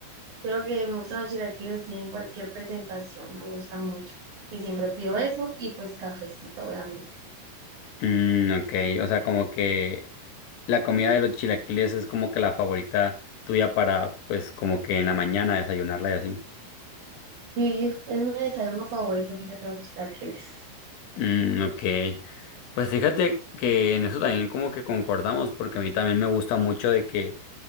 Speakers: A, on the right; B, on the left.
A: Creo que me gustan los chilaquiles así en cualquier presentación, me gustan mucho. Y siempre pido eso y pues cafecito, obviamente.
B: Mm, ok, o sea, como que la comida de los chilaquiles es como que la favorita tuya para pues como que en la mañana desayunarla y así.
A: Sí, es mi desayuno favorito, fíjate, los chilaquiles.
B: Mm, ok. Pues fíjate que en eso también como que concordamos, porque a mí también me gusta mucho de que